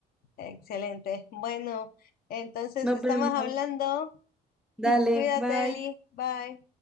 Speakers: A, on the left (about 60°); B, in the centre.
A: Excelente. Bueno, entonces
B: nos
A: estamos
B: vemos.
A: hablando.
B: Dale,
A: Cuídate,
B: bye.
A: Eli. Bye.